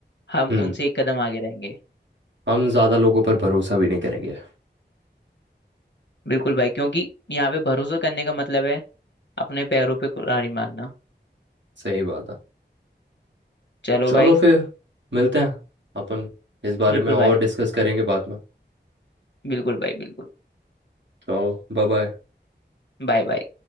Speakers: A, on the left; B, on the right.
A: हम
B: हम्म
A: उनसे एक कदम आगे रहेंगे
B: हम ज़्यादा लोगों पर भरोसा भी नहीं करेंगे
A: बिल्कुल भाई क्योंकि यहाँ पे भरोसा करने का मतलब है अपने पैरों पे कुल्हाड़ी मारना
B: सही बात है
A: चलो
B: चलो
A: भाई
B: फिर मिलते हैं अपन इस बारे
A: बिल्कुल
B: में और
A: भाई
B: डिस्कस करेंगे बाद में
A: बिल्कुल भाई बिल्कुल
B: चलो बाय बाय
A: Bye bye